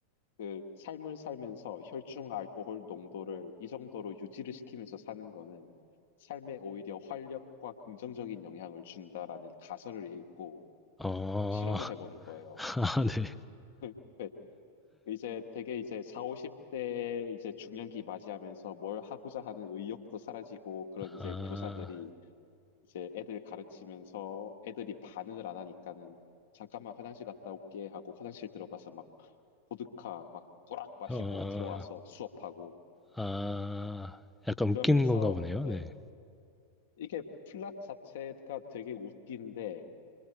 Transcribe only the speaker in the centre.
어,
<laughs>
아, 네.
아,
어,
아, 약간 웃기는
건가 보네요.
네.